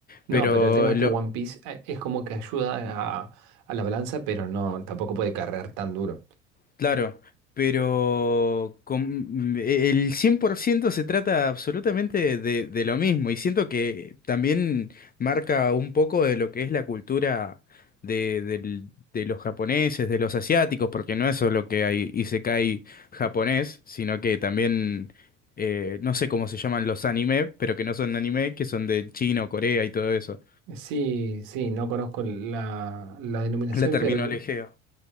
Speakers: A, on the right (about 60°); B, on the left (about 25°).
A: No,
B: Pero
A: pero el tema es
B: lo,
A: que One Piece eh, es como que ayuda a, a la balanza, pero no, tampoco puede cargar tan duro.
B: Claro, pero con- e, el 100% se trata absolutamente de, de lo mismo y siento que también marca un poco de lo que es la cultura de, del- de los japoneses, de los asiáticos, porque no es solo que hay isekai japonés, sino que también, eh, no sé cómo se llaman los anime, pero que no son anime, que son de China o Corea y todo eso.
A: Sí, sí, no conozco la, la denominación,
B: La Sí. terminología.
A: pero